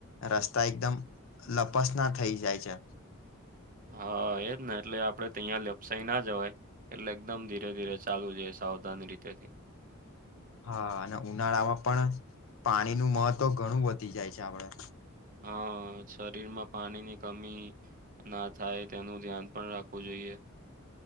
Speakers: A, on the left (about 65°); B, on the right (about 40°).
A: રસ્તા એકદમ લપસના થઇ જાય છે
B: હા એજ ને એટલે આપડે તયા લપસાઈ ના જવાય એટલે એકદમ ધીરે ધીરે ચાલવું જોયે સાવધાની રીતે થી
A: હા અને ઉનાળામાં પણ પાણી નું મહત્વ ઘણું વધી જાય છે આપડે
B: હા શરીર માં પાણીની કમી ના થાય તેનું ધ્યાન પણ રાખવું જોઈએ